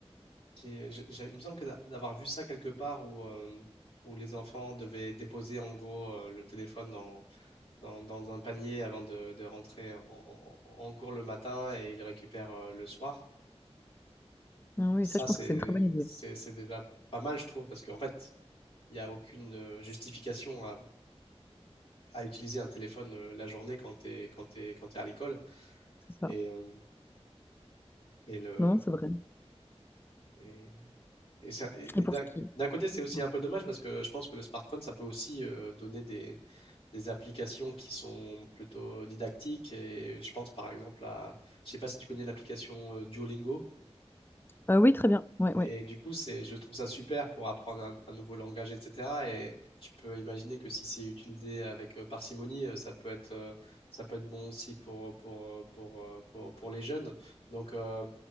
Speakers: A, on the left; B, on the left.
A: qui... je- j'ai- Il me semble que d'a- d'avoir vu ça quelque part où, euh, où les enfants devaient déposer en gros euh, le téléphone dans, dans, dans un panier avant de, de rentrer en, en- en cours le matin et ils le récupèrent euh, le soir.
B: Ah oui,
A: Ça,
B: ça, je
A: c'est
B: pense que c'est une très bonne idée.
A: c'est c'est déjà pas mal, je trouve, parce qu'en fait, il n'y a aucune euh, justification à, à utiliser un téléphone euh, la journée quand tu es, quand t'es- quand t'es à l'école.
B: C'est ça.
A: Et, euh, et, le,
B: Non, c'est vrai.
A: et Et, ça- et-
B: Et
A: et
B: pour
A: d'un
B: ce qui...
A: d'un côté, c'est aussi
B: Pardon.
A: un peu dommage parce que je pense que le smartphone, ça peut aussi euh, donner des, des applications qui sont plutôt didactiques. Et je pense par exemple à, je sais pas si tu connais l'application euh, Duolingo.
B: Euh, oui, très bien. Oui, oui.
A: Et du coup, c'est, je trouve ça super pour apprendre un, un nouveau langage, etc. Et tu peux imaginer que si c'est utilisé avec euh, parcimonie, euh, ça peut être, euh, ça peut être bon aussi pour, pour, euh, pour, euh, pour, pour les jeunes. Donc, euh,